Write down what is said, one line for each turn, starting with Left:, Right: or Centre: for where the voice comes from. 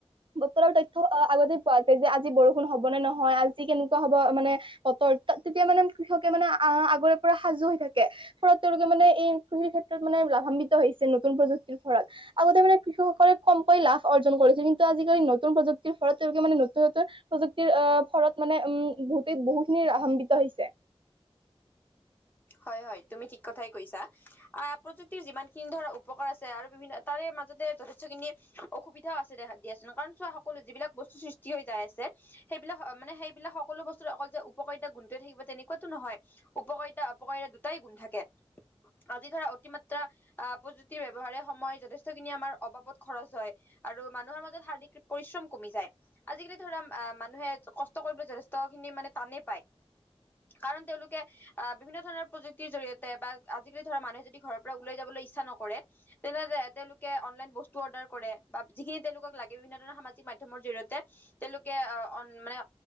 Right: বতৰৰ তথ্য আ -আগতে পোৱা যায় যে আজি বৰষুণ হব নে নহয় আজি কেনেকুৱা হ'ব মানে বতৰ তেতিয়া মানে কৃষকে মানে আ, আগৰে পৰা সাজু হৈ থাকে ফলত তেওঁলোকে মানে এই কৃষিৰ ক্ষেত্ৰত মানে লাভান্বিত হৈছে নতুন -প্ৰযুক্তি ৰ ফলত। আগতে মানে কৃষকসকলে কমকৈ লাভ অৰ্জন কৰিছিল কিন্তু আজিকালি নতুন প্ৰযুক্তিৰ ফলত তেওঁলোকে মানে নতুন -নতুন প্ৰযুক্তিৰ অহ ফলত মানে উম বহুতে- বহুখিনি লভান্বিত হৈছে।
Left: হয় -হয়, তুমি ঠিক কথাই কৈছা। আ'প্ৰযুক্তিৰ যিমানখিনি ধৰা উপকাৰ আছে আৰু বিভিন্ন তাৰে মা যাতে যথেষ্ট খিনি অসুবিধাও আছে দেখা দিয়াচোন কাৰণ চোৱা, সকলো যিবিলাক বস্তু সৃষ্টি হৈ যায় আছে সেইবিলাক মানে সেইবিলাক সকলো বস্তুৰে অকল যে উপকাৰিতা গুণটোৱে থাকিব তেনেকুৱাতো নহয়, উপকাৰিতা উপকাৰীৰে দুটাই গুণ থাকে। আজি ধৰা অতিমাত্ৰা আহ প্ৰযুক্তিৰ ব্যৱহাৰে সময় যথেষ্টখিনি আমাৰ অবাবত খৰচ হয় আৰু মানুহৰ মাজত শাৰীৰিক পৰিশ্ৰম কমি যায় আজিকালি ধৰা আ' মানুহে কষ্ট কৰিবলৈ যথেষ্ট নি মানে তানে পায় কাৰণ তেওঁলোকে অহ বিভিন্ন ধৰণৰ প্ৰযুক্তিৰ জৰিয়তে বা আজিকালি ধৰা মানুহে যদি ঘৰৰ পৰা উলাই যাবলৈ ইচ্ছা নকৰে তেনেতে তেওঁলোকে অনলাইন বস্তু অৰ্ডাৰ কৰে বা যিখিনি তেওঁলোকক লাগে বিভিন্ন ধৰৰ সামাজিক মাধ্যমৰ জৰি়য়তে তেওঁলোকে <unintelligible> মানে